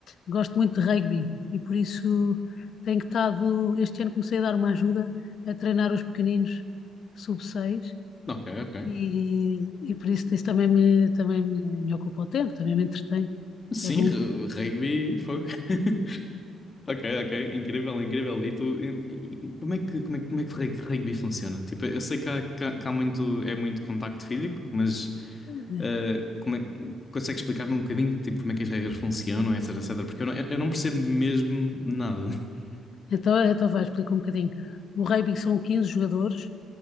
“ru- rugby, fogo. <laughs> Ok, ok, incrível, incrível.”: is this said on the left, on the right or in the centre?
Left